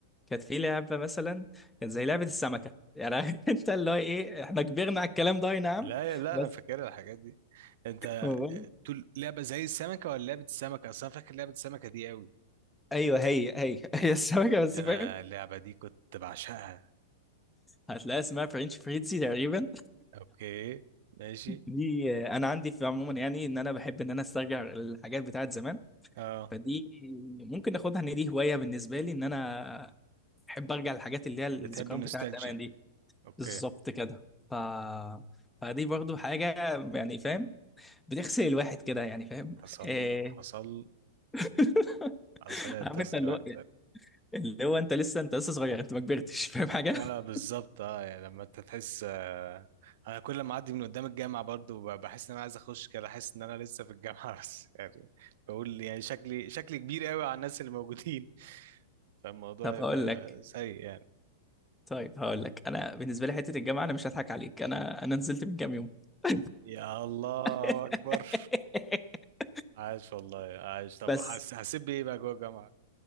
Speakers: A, in the centre; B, on the right.
A: كانت في لعبه مثلا كانت زي لعبه السمكه يعني <laughs> انت اللي هو ايه احنا كبرنا على الكلام ده اي نعم
B: لا لا
A: بس
B: انا فاكر الحاجات دي انت
A: هو-
B: تقول لعبه زي السمكه ولا لعبه السمكه اصلا فاكر لعبه السمكه دي قوي
A: ايوه هي هي <laughs> هي السمكه
B: اوكي
A: بس
B: ده
A: فاهم
B: انا اللعبه دي كنت بعشقها
A: هتلاقيها اسمها فرنش فريتزي تقريبا
B: اوكي ماشي
A: <laughs> دي آه، انا عندي في عموما يعني ان انا بحب ان انا استرجع الحاجات بتاعت زمان
B: اه
A: فدي ممكن اخدها ان دي هوايه بالنسبه لي ان انا احب ارجع للحاجات اللي هي الذكريات
B: بتحب النوستالجيا
A: بتاعت زمان دي
B: اوكي
A: بالظبط كده ف فدي برضو حاجه يعني فاهم بتغسل الواحد كده يعني فاهم
B: حصل
A: آه،
B: حصل
A: <laughs>
B: حصل اتصل
A: عارف انت اللي
B: الوقت
A: هو اللي هو انت لسه انت لسه صغير انت ما كبرتش فاهم حاجه
B: اه
A: <laughs>
B: بالظبط اه يعني لما انت تحس آه انا كل ما اعدي من قدام الجامعه برضو ب- بحس ان انا عايز اخش كده احس ان انا لسه في الجامعه <laughs> بس يعني بقول يعني شكلي شكلي كبير قوي على الناس اللي موجودين <laughs> فالموضوع
A: طب
B: يبقى
A: هقول لك
B: سيء يعني
A: طيب هقول لك انا بالنسبه لي حته الجامعه انا مش هضحك عليك انا انا نزلت من كام يوم <laughs>
B: يا الله
A: <laughs>
B: اكبر عايش والله عايش طب
A: بس
B: حس هسيب ايه بقى جوه الجامعه